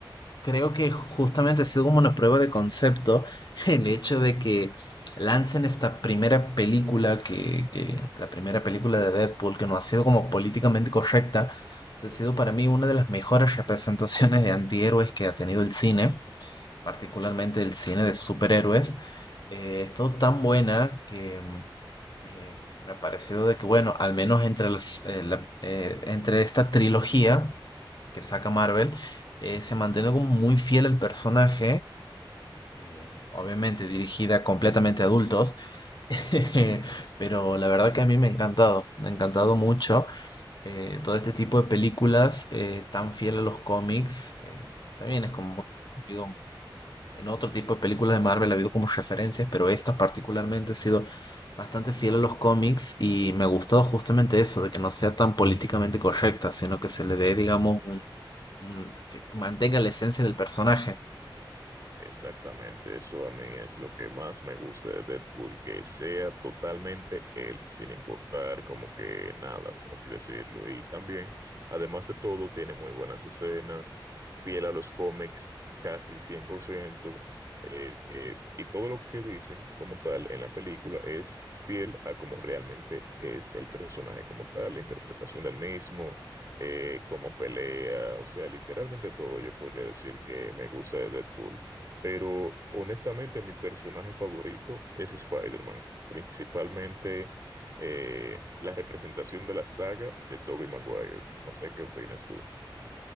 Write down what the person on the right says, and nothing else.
Exactamente, eso a mí es lo que más me gusta de Deadpool, que sea totalmente él, sin importar como que nada, por así decirlo. Y también, además de todo, tiene muy buenas escenas, fiel a los cómics, casi 100%, eh, eh, y todo lo que dicen como tal en la película es fiel a como realmente es el personaje como tal, la interpretación del mismo eh, cómo pelea, o sea, literalmente todo yo podría decir que me gusta de Deadpool. Pero honestamente, mi personaje favorito es Spider-Man, principalmente eh, la representación de la saga de Tobey Maguire. No sé qué opinas tú.